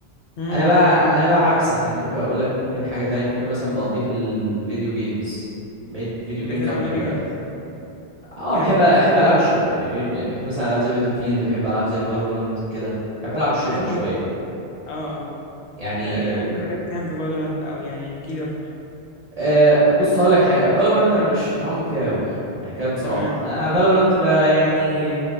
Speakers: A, on the left (about 85°); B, on the right (about 40°).
A: امم
B: انا بقى
A: أمم، فاهم
B: انا بقى عكسك انا ممكن اقول لك ممكن حاجة تانية ممكن مثلا بقضيه في الفيديو جيمز بقيت فيديو
A: بتلعب
B: جيمز اكتر
A: فيديو
B: يا
A: جيمز
B: وقتي اه
A: جامد
B: بحب بحب
A: ده
B: العاب الشوتر يعني بيني وبينك بحب مثلا العاب زي باتل فيلد بحب العاب زي فالورانت كده بحب العب الشوتر
A: حلو
B: شوية
A: ده اه آه.
B: يعني
A: آه،
B: وكان
A: ليفلك كام في فالورانت او يعني احكي لي اكتر
B: أه بص هقول لك حاجه فالورانت انا مش متعمق فيها قوي يعني كلام بصراحه
A: تمام
B: انا فالورانت بقى يعني